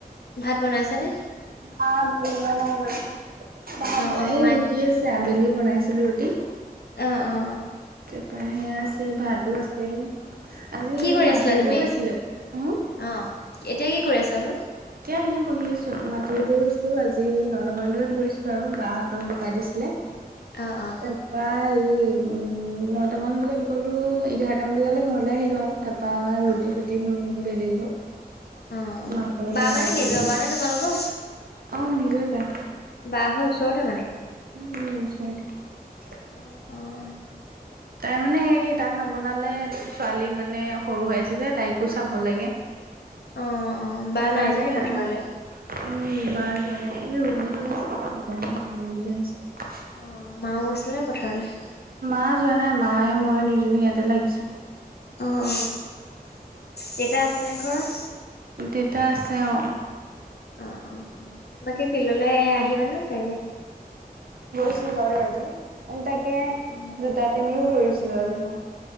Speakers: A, on the left; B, on the right.
A: ভাত বনাইছে নে।
B: ভাত বনোৱা নাই বাৰু ভাত
A: অ অ
B: এই
A: মায়ে
B: ৰুটি আছে আবেলি। বনাইছিলো ৰুটি।
A: অ অ।
B: তাৰপা সেয়া আছে ভাতো আছে। আজি
A: কি
B: হে
A: কৰি
B: মাটি
A: আছিলা
B: ৰুব
A: তুমি
B: গৈছিলোঁ হো।
A: অ এতিয়া কি কৰি আছা বোলো।
B: এনেই বহি আছো মাতি গৈছিলোঁ আজি নটামান বজাত গৈছিলোঁ আৰু বাহতৰ বোকা দিছিলে।
A: অ অ
B: তাপা আহি। উম নটামান বজাত গ'লো এঘাৰটামান বজালৈ ঘৰলে আহিলোঁ আৰু তা। তপা ৰুটি
A: অ
B: চৰুটি বেলিলো
A: অ
B: মাকঅলপ
A: বা
B: সহায়
A: মানে
B: কৰিলোঁ।
A: নিজৰ বা নে তোমালোকৰ
B: অ নিজৰ বা।
A: বা ঘৰ ওচৰতে মানে
B: উম ওচৰতে।
A: অঁ অঁ
B: তাই মানে হেৰি তাত নবনালে ছোৱালী মানে সৰু হৈ আছে যে তাইকো চাব লাগে।
A: অ। অ বা
B: সেইকাৰণে
A: নাইজানি পথাৰলৈ
B: আমাৰ উম। মাহ যোৱা নাই এনে ৰণী লগাইছে সেইণে বনাবল দিয়া হৈছে।
A: অ মাও গৈছিল নে পথাৰলে।
B: মা যোৱা নাই মায়ে মই দুইজনী ইয়াতে লাগিছো।
A: অ অ অ দেউতা আছেনে ঘৰত।
B: দেউতা আছে অ
A: অ অ বাকী ফিল্ডলৈ আহিবা নাই কাইলে।
B: ছিলো বাৰু দেই আজি তাকে
A: অ
B: জোতা পিন্ধিও ধৰিছিলো আজি মই।